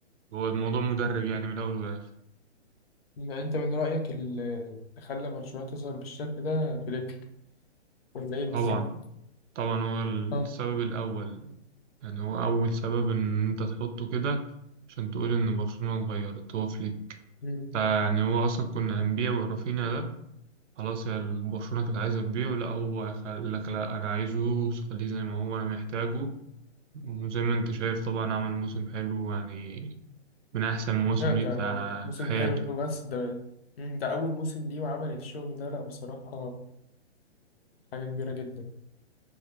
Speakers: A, on the right; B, on the left.
A: هو الموضوع مدرب يعني من الاول والاخر
B: يعني انت من رأيك اللي خلى برشلونة تظهر بالشكل ده فليك ولا ايه بالظبط؟
A: طبعا طبعا هو السبب
B: اه
A: الاول يعني هو اول سبب ان انت تحطه كده عشان تقول ان برشلونة اتغيرت هو فليك
B: مم.
A: فيعني هو أصلا كنا هنبيع ورافينا ده خلاص يا برشلونة كانت عايزة تبيعه لأ هو قال لك لأ أنا عايزه خليه زي ما هو أنا محتاجه وزي ما أنت شايف طبعا عمل موسم حلو يعني من أحسن مواسم
B: لا ده
A: ليه في
B: موسم
A: في حياته
B: حلو بس ده مم. ده أول موسم ليه وعمل الشغل ده لا بصراحة حاجة كبيرة جدا